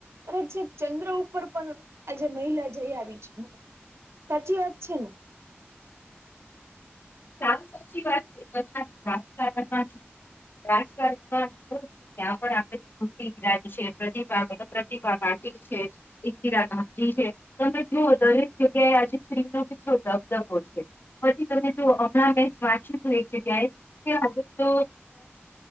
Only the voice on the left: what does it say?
સાવ સાચી વાત છે તથા રાજકારણમાં રાજકારણમાં. ત્યાં પણ આપે સ્મૃતિ વિરાજ છે પ્રતિભા પ્રતિભા પાટીલ છે. ઇન્દિરા ગાંધી છે તમે જુઓ દરેક જગ્યાએ આજે સ્ત્રીનો કેટલો દબદબો છે. પછી તમે. તો હમણાં મેં વાંચ્યું હતું એ જગ્યાએ કે હવે તો.